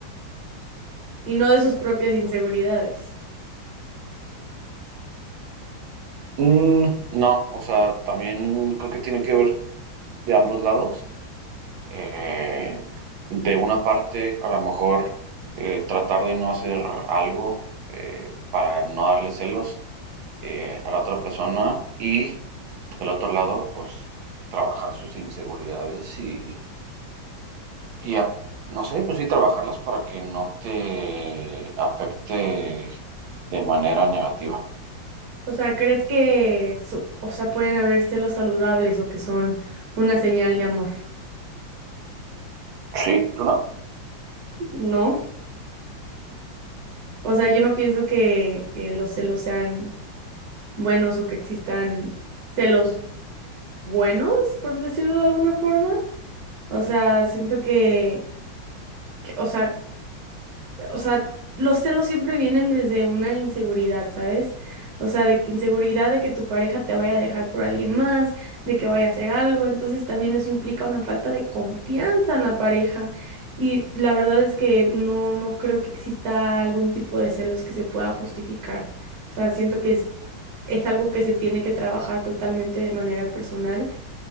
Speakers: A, on the right (about 55°); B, on the right (about 90°).
A: y no de sus propias inseguridades.
B: mm, no, o sea, también creo que tiene que ver de ambos lados. Eh, de una parte, a lo mejor eh, tratar de no hacer algo eh, para no darle celos eh, a la otra persona y del otro lado, pues trabajar sus inseguridades y, y a- no sé, pues sí, trabajarlas para que no te afecte de manera negativa.
A: O sea, ¿crees que su- o sea, pueden haber celos saludables o que son una señal de amor?
B: Sí, ¿tú no?
A: No. O sea, yo no pienso que, que los celos sean buenos o que existan celos buenos, por decirlo de alguna forma. O sea, siento que, que- o sea, o sea, los celos siempre vienen desde una inseguridad, ¿sabes? O sea, de que inseguridad de que tu pareja te vaya a dejar por alguien más, de que vaya a hacer algo, entonces también eso implica una falta de confianza en la pareja. Y la verdad es que no, no creo que exista algún tipo de celos que se pueda justificar. O sea, siento que es, es algo que se tiene que trabajar totalmente de manera personal